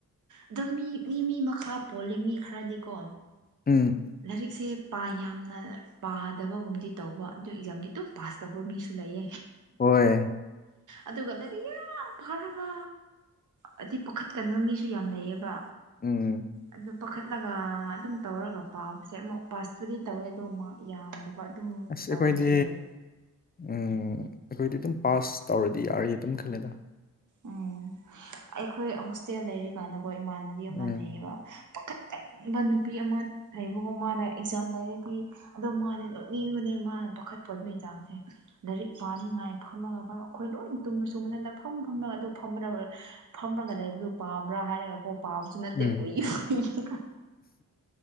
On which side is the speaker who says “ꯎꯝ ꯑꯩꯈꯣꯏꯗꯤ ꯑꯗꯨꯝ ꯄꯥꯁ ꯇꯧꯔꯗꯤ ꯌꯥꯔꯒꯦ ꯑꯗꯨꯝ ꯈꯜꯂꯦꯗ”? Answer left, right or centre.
Left